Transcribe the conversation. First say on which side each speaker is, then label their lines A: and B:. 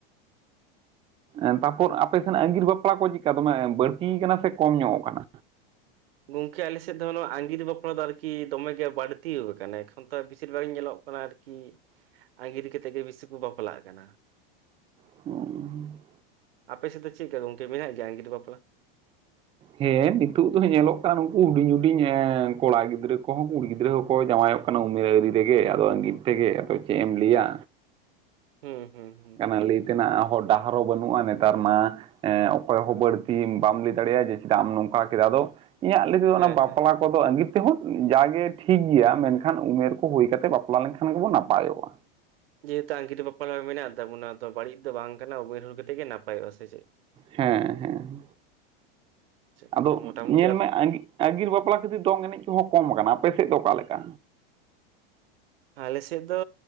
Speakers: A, on the right; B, on the right.
A: ᱮᱸ ᱛᱟᱯᱚᱨ ᱟᱯᱮ ᱥᱮᱱᱟᱜ ᱟᱺᱜᱤᱨ ᱵᱟᱯᱞᱟ ᱠᱚ ᱪᱤᱠᱟ ᱫᱚᱢᱮ ᱵᱟᱹᱲᱛᱤ ᱠᱟᱱᱟ ᱥᱮ ᱠᱚᱢ ᱧᱚᱜ ᱠᱟᱱᱟ?
B: ᱜᱚᱝᱠᱮ ᱟᱞᱮ ᱥᱮᱫ ᱫᱚ ᱱᱚᱣᱟ ᱟᱸᱜᱤᱨ ᱵᱟᱯᱞᱟ ᱫᱚ ᱟᱨᱠᱤ ᱫᱚᱢᱮ ᱜᱮ ᱵᱟᱹᱲᱛᱤᱣ ᱠᱟᱱᱟ ᱮᱠᱷᱚᱱ ᱛᱚ ᱵᱤᱥᱤᱨ ᱵᱷᱟᱜ ᱧᱮᱞᱚᱜ ᱠᱟᱱᱟ ᱟᱨ ᱠᱤ ᱟᱸᱜᱤᱨ ᱠᱟᱛᱮᱜ ᱜᱤ ᱵᱤᱥᱤ ᱠᱩ ᱵᱟᱯᱞᱟᱜ ᱠᱟᱱᱟ᱾
A: <unintelligible>
B: ᱟᱯᱮᱥᱮᱱ ᱫᱚ ᱪᱮᱫ ᱞᱮᱠᱟ ᱜᱚᱝᱠᱮ ᱢᱮᱱᱟᱜ ᱜᱮᱭᱟ ᱟᱸᱜᱤᱨ ᱵᱟᱯᱞᱟ?
A: ᱦᱮᱸ ᱱᱤᱛᱩᱜ ᱫᱚ ᱧᱮᱞᱚᱜ ᱠᱟᱱ ᱩᱱᱩᱠᱩ ᱦᱩᱰᱤᱧ ᱦᱩᱰᱤᱧ ᱮᱸᱻ ᱠᱚᱲᱟ ᱜᱤᱫᱽᱨᱟᱹ ᱠᱩᱦᱚᱸ ᱠᱩᱲᱤ ᱜᱤᱫᱽᱨᱟᱹ ᱦᱚᱸᱠᱚ ᱡᱟᱶᱟᱭᱚᱜ ᱠᱟᱱᱟ ᱩᱢᱮᱨ ᱟᱣᱨᱤ ᱨᱮ ᱜᱮ ᱟᱫᱚ ᱟᱺᱜᱤᱨ ᱛᱮᱜᱮ ᱟᱫᱚ ᱪᱮᱜ ᱮᱢ ᱞᱟᱹᱭᱟ᱾
B: ᱦᱮᱸ ᱦᱩᱸ᱾ ᱦᱩᱸ
A: ᱠᱟᱱᱟ
B: ᱦᱩᱸ
A: ᱞᱟᱹᱭ ᱛᱮᱱᱟᱜ ᱦᱚᱨ ᱰᱟᱦᱟᱨ ᱦᱚᱸ ᱵᱟᱱᱩᱜᱼᱟ ᱱᱮᱛᱟᱨ ᱢᱟ ᱮᱸᱻ ᱚᱠᱚᱭ ᱦᱚᱸ ᱵᱟᱹᱲᱛᱤ ᱵᱟᱢ ᱞᱟᱹᱭ ᱫᱟᱲᱮᱭᱟᱜᱼᱟ ᱡᱮ ᱪᱮᱫᱟᱜ ᱮᱢ ᱱᱚᱝᱠᱟ ᱠᱮᱫᱟ, ᱟᱫᱚ ᱤᱧᱟᱜ ᱞᱟᱹᱭ ᱛᱮᱫᱚ ᱚᱱᱟ
B: ᱦᱮᱸ
A: ᱵᱟᱯᱞᱟ
B: ᱦᱮᱸ
A: ᱠᱚᱫᱚ ᱟᱺᱜᱤᱨ ᱛᱮᱦᱚᱸ ᱡᱟᱜᱮ ᱴᱷᱤᱠ ᱜᱮᱭᱟ ᱢᱮᱱᱠᱷᱟᱱ ᱩᱢᱮᱨ ᱠᱚ ᱦᱩᱭ ᱠᱟᱛᱮ ᱵᱟᱯᱞᱟ ᱞᱮᱱᱠᱷᱟᱱ ᱜᱮᱵᱩᱱ ᱱᱟᱯᱟᱭᱚᱜᱼᱟ᱾
B: ᱡᱮᱦᱮᱛᱩ ᱟᱸᱜᱤᱨ ᱵᱟᱯᱞᱟ ᱦᱚ ᱢᱮᱱᱟᱜ ᱛᱟᱵᱩᱱᱟ ᱛᱚ ᱵᱟᱹᱲᱤᱡ ᱫᱚ ᱵᱟᱝ ᱠᱟᱱᱟ ᱩᱢᱮᱨ ᱦᱩᱭ ᱠᱟᱛᱮ ᱜᱮ ᱱᱟᱯᱟᱭᱚᱜᱼᱟ ᱥᱮ ᱪᱮᱫ?
A: ᱦᱮᱸ ᱦᱮᱸ᱾
B: ᱪᱮᱫ
A: ᱟᱫᱚ
B: ᱛᱟᱦᱚᱞᱮ ᱢᱚᱴᱟᱢᱩᱴᱤ
A: ᱧᱮᱞ ᱢᱮ ᱟᱸᱜᱤ ᱟᱸᱜᱤᱨ ᱵᱟᱯᱞᱟ ᱠᱷᱟᱹᱛᱤᱨ ᱫᱚᱝ ᱮᱱᱮᱡ ᱠᱚᱦᱚᱸ ᱠᱚᱢ ᱟᱠᱟᱱᱟ, ᱟᱯᱮ ᱥᱮᱫ ᱫᱚ ᱚᱠᱟ ᱞᱮᱠᱟ?
B: ᱟᱞᱮ ᱥᱮᱫ ᱫᱚ